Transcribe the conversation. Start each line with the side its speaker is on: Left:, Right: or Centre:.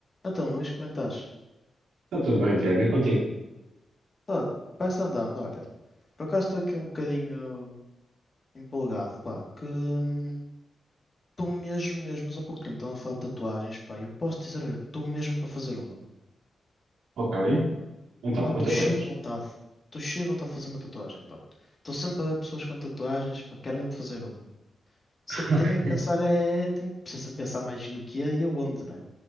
Left: Então, Luís, como é que estás?
Right: Está tudo bem, Tiago, é contigo.
Left: Pá, vai-se andando, olha. Por acaso estou aqui um bocadinho empolgado, pá, que hum, estou mesmo, mesmo, mas há pouco tempo estava a falar de tatuagens, pá, e eu posso dizer, olha, estou mesmo para fazer uma.
Right: Ok. Então,
Left: Pá,
Right: quantas
Left: estou cheio
Right: coisas.
Left: de vontade, estou cheio de vontade de fazer uma tatuagem, pá. Estou sempre a ver pessoas com tatuagens, pá, quero mesmo fazer uma. Só
Right: Ok.
Left: tenho é que pensar, é, tenho preciso pensar mais no que é e aonde, né?